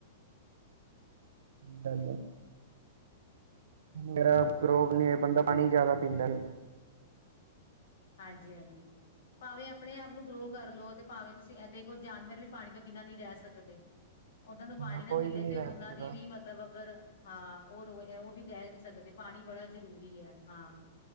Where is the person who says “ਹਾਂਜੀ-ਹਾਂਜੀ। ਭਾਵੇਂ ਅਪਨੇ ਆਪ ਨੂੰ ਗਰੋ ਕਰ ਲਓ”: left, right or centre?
Left